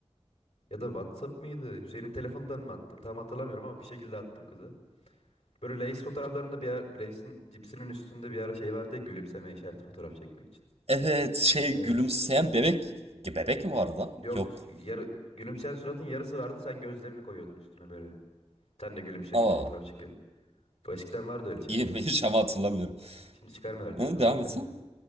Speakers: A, on the left; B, on the right.
A: Ya da WhatsApp mıydı? Hüseyin'in telefonundan mı attım? Tam hatırlamıyorum ama bir şekilde attım kıza. Böyle Lay's fotoğraflarında bir ara, Lay's'in cipsinin üstünde bir ara şey vardı ya gülümseme işareti fotoğraf çekmek için.
B: Evet şey
A: Evet.
B: gülümseyen bebek. Ge- Bebek mi vardı lan?
A: Yok
B: Yok.
A: çünkü yarı, gülümseyen suratın yarısı vardı sen gözlerini koyuyordun üstüne böyle. Sen de gülümse
B: Allah
A: gibi fotoğraf
B: Allah.
A: çekiyordun. O eskiden vardı öyle şeyler
B: yemeği
A: ya.
B: ama hatırlamıyorum.
A: Şimdi çıkarmıyorlar düz
B: Hı,
A: paketlerde.
B: devam etsen.